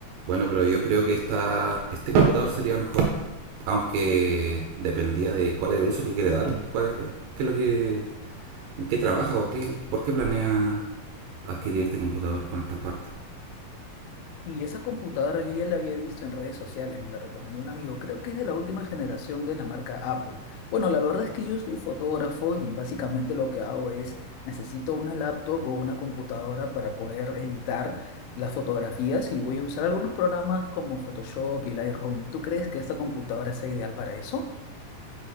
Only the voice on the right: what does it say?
Bueno, pero yo creo que esta, este computador sería mejor. Aunque dependía de cuál es el uso que quiere darle. Cuál, es- ¿Qué es lo que. ¿En qué trabaja o qué? ¿Por qué planea adquirir este computador con esta parte?